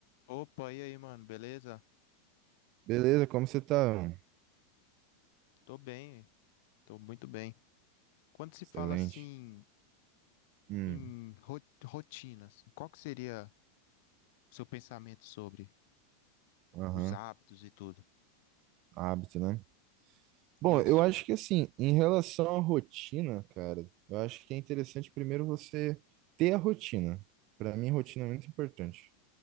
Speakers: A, on the left; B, on the right.
A: Opa, e aí, mano, beleza?
B: Beleza, como você tá? mano?
A: Tô bem, tô muito bem. Quando se
B: Excelente.
A: fala assim
B: Hum,
A: em ro- rotinas, qual que seria o seu pensamento sobre
B: aham,
A: os hábitos e tudo?
B: hábito, né? Bom,
A: Isso.
B: eu acho que assim, em relação à rotina, cara, eu acho que é interessante primeiro você ter a rotina. Pra mim, rotina é muito importante.